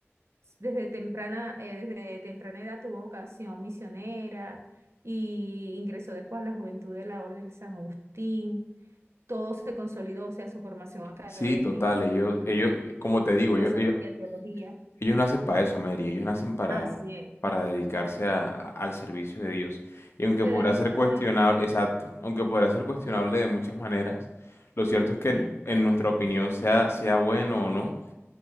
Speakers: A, on the right (about 70°); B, on the left (about 60°).
A: desde temprana, eh, desde temprana edad tuvo vocación misionera y ingresó después a la juventud de la Orden de San Agustín. Todo se consolidó, o sea, su formación académica
B: Sí, total,
A: en
B: ellos,
A: los estudios
B: ellos,
A: que-
B: como te digo,
A: en filosofía,
B: yo- ellos,
A: teología.
B: Ellos nacen para eso, Mary. Ellos nacen para,
A: Así es.
B: para dedicarse a- a- al servicio de Dios. Y aunque
A: Se
B: podrá
A: dedican
B: ser cuestionable,
A: a él. ¿no?
B: exacto, aunque podrá ser cuestionable de muchas maneras, lo cierto es que
A: Sí,
B: en, en nuestra opinión, sea, sea bueno o no,